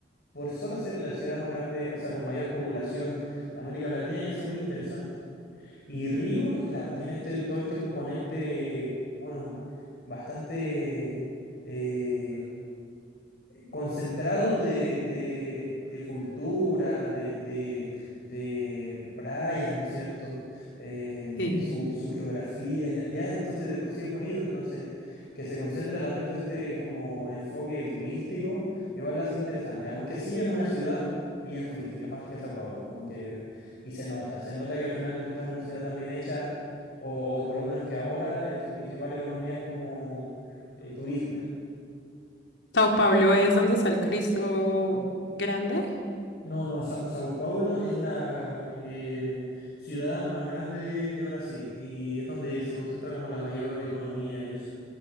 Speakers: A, on the left; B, on the left.
A: por solo ser la ciudad más grande, o sea, con mayor población de América Latina, ya se vuelve interesante. Y Río, claro, tiene este- todo este componente, bueno, bastante eh, concentrado de, de, de cultura, de, de, de playas, ¿no es cierto? Eh, de
B: Sí.
A: su, su geografía, ya, ya entonces de por sí es bonito, entonces que se concentra también todo este como enfoque turístico, igual lo hace interesante, aunque sí es una ciudad bien turística, más que Sao Paulo, como que, y se nota, se nota que al final de cuentas es una ciudad también hecha, o, o por lo menos que ahora eh, su principal economía es como eh, turismo.
B: Sao Paulo es donde está el Cristo grande.
A: No, no, Sa- Sao Paulo es la eh, ciudad más grande de, de Brasil y es donde se concentra como la mayor economía y eso.